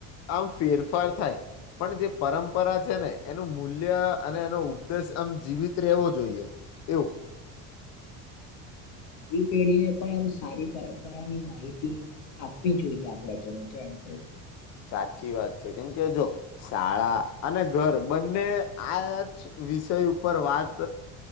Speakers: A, on the left (about 45°); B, on the left (about 80°).
A: આમ ફેર ફાર થાય. પણ જે પરંપરા છે ને એનું મૂલ્ય અને એનો ઉપદેશ આમ જીવિત રહેવો જોઈએ. એવું.
B: <inaudible> નવી પેઢીને પણ આમ સારી પરંપરાની માહિતી આપવી જોઈએ આપડે તો તો એમ કવ.
A: સાચી વાત છે, કેમ કે જો શાળા અને ઘર બંને આચ વિષય ઉપર વાત